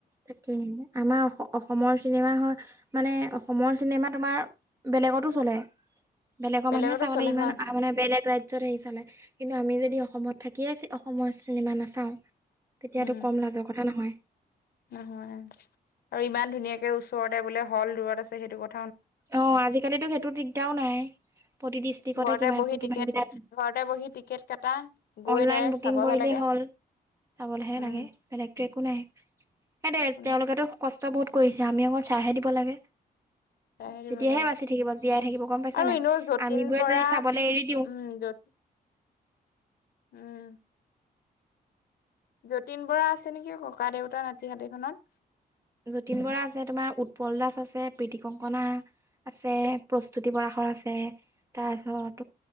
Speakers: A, on the right; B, on the left.
A: তাকে আমাৰ অস অসমৰ চিনেমা হয়। মানে অসমৰ চিনেমা তোমাৰ বেলেগতো চলে। বেলেগৰ
B: বেলেগতো
A: মানুহে চাবলৈ
B: চলে
A: ইমান
B: হয়
A: মানে বেলেগ ৰাজ্যত আহি চালে কিন্তু আমি যদি যদি অসমত থাকিয়ে ছে অসমৰ চিনেমা নাচাওঁ তেতিয়াটো
B: উম
A: কম লাজৰ কথা নহয়।
B: নহয় আৰু ইমান ধুনীয়াকে ওচৰতে বোলে হল দূৰত আছে সেইটো কথা।
A: অ', আজিকালিতো সেইটো দিগদাৰো নাই। প্ৰতি ডিষ্ট্ৰিক্টতে
B: ঘৰতে
A: কিমান
B: বহি
A: কিমান
B: টিকেট
A: কেটা
B: ঘৰতে বহি টিকেট কাটা গৈ
A: অনলাইন
B: ডাইৰেক্ট
A: বুকিং
B: চাবহে
A: কৰিলেই
B: লাগে
A: হ'ল। চাবলৈহে
B: উম
A: লাগে বেলেগতো একো নাই, এ দে
B: একো নাই
A: তেওঁলোকেতো কষ্ট বহুত। কৰিছে আমি অকল চাইহে দিব লাগে।
B: চাইহে
A: তেতিয়াহে
B: দিব লাগে
A: বাচি থাকিব, জীয়াই থাকিব গম পাইছা
B: আৰু
A: নাই,
B: এনেও যতীন
A: আমিবোৰে
B: বৰা
A: যদি চাবলৈ এৰি দিওঁ।
B: উম
A: <inaudible>
B: যত উম। যতীন বৰা আছে নেকি ককা দেউতা নাতি হাতী খনত।
A: যতীন বৰা আছে তোমাৰ উৎপল দাস আছে, প্ৰীতি কংকনা আছে, প্ৰস্তুতি পৰাখৰ আছে তাৰপাছত